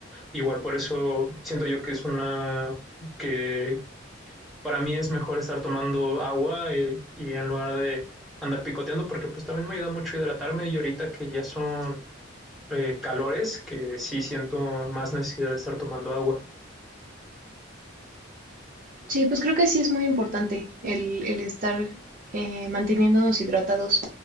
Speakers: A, in the centre; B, on the right (about 45°).
A: Igual por eso siento yo que es una que para mí es mejor estar tomando agua y, y en lugar de andar picoteando porque pues también me ayuda mucho a hidratarme y ahorita que ya son eh, calores que sí siento más necesidad de estar tomando agua.
B: Sí, pues creo que sí es muy importante el, el estar eh, manteniéndonos hidratados